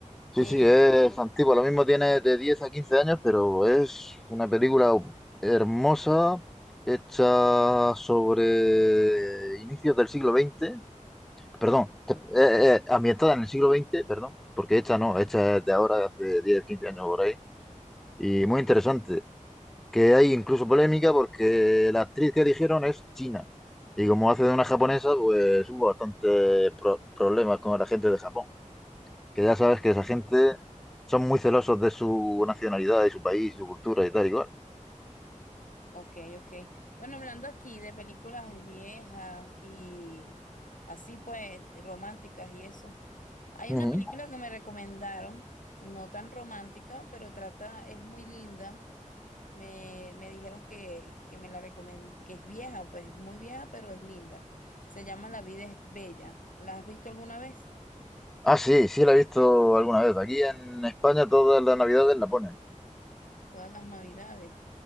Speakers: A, in the centre; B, on the left.
A: Sí,
B: Eh,
A: sí, es antiguo. Lo mismo tiene de 10 a 15 años, pero es una película hermosa, hecha sobre inicios del siglo veinte.
B: ok,
A: perdón, eh, eh, ambientada en el siglo veinte. perdón, porque hecha no, hecha es de ahora, de hace 10, 15 años por ahí, y muy interesante. Que hay incluso polémica porque la actriz que eligieron es china, y como hace de una japonesa, pues hubo bastantes pro- problemas con la gente de Japón que ya
B: ok.
A: sabes que esa gente son muy celosos de su nacionalidad y su país, su cultura y tal igual.
B: Ok, ok. Bueno, hablando aquí de películas viejas y así pues románticas y eso. Hay
A: Ujú.
B: una película que me recomendaron, no tan romántica, pero trata, es muy linda. Me, me dijeron que, que me la recomend que es vieja, pues muy vieja, pero es linda. Se llama La vida es bella. ¿La has visto alguna vez?
A: Ah, sí, sí la he visto alguna vez. Aquí en España todas las navidades la ponen.
B: Todas las navidades.